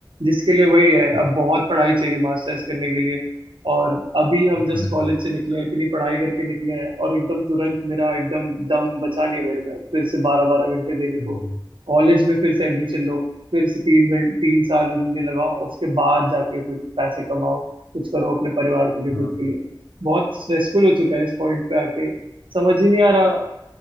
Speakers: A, on the right (about 90°); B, on the left (about 45°).
A: जिसके लिए वही है
B: अच्छा,
A: अब बहुत पढ़ाई चाहिए मास्टर्स करने के लिए और अभी हम
B: वो
A: जस्ट
B: तो है
A: कॉलेज से निकले हैं इतनी पढ़ाई करके निकले हैं और एकदम तुरंत मेरा एकदम दम बचा नहीं है मेरे में फिर से बारह बारह घंटे देने को
B: हम्म,
A: कॉलेज में फिर से एडमिशन लो फिर से तीन घंटे तीन साल उनमें लगाओ उसके बाद जाके कुछ पैसे कमाओ कुछ करो अपने परिवार के लिए
B: हाँ
A: खुद के लिए बहुत स्ट्रेसफुल हो चुका है इस पॉइंट पे आके समझ ही नहीं आ रहा